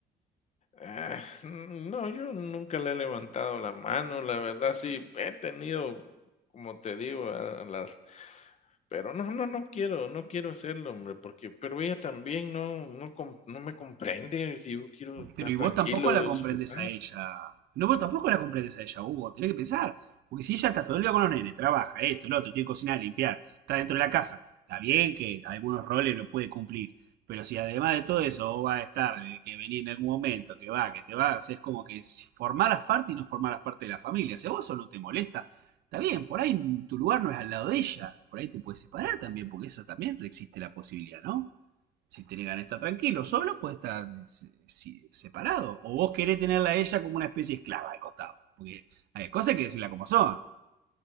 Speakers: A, on the left (about 40°); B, on the right (about 70°).
A: Ah, no, yo nunca le he levantado la mano, la verdad, sí, he tenido, como te digo, a a las Pero no, no, no quiero, no quiero hacerlo, hombre, porque pero ella también no no com no me comprende, si yo quiero estar
B: Pero y
A: tranquilo,
B: vos tampoco la
A: de
B: comprendés
A: disfrutar.
B: a ella. No, vos tampoco la comprendés a ella, Hugo. Tenés que pensar. Porque si ella está todo el día con los nenes, trabaja, esto, lo otro, tiene que cocinar, limpiar, está dentro de la casa. Está bien que algunos roles lo puede cumplir. Pero si además de todo eso vos vas a estar, eh, que venir en algún momento, que va, que te vas, es como que si formaras parte y no formaras parte de la familia. Si a vos eso no te molesta, está bien, por ahí tu lugar no es al lado de ella. Por ahí te puedes separar también, porque eso también existe la posibilidad, ¿no? Si tiene ganas de estar tranquilo, solo puede estar eh, si- separado. O vos querés tenerla a ella como una especie de esclava al costado. Porque hay cosas que que decirla como son.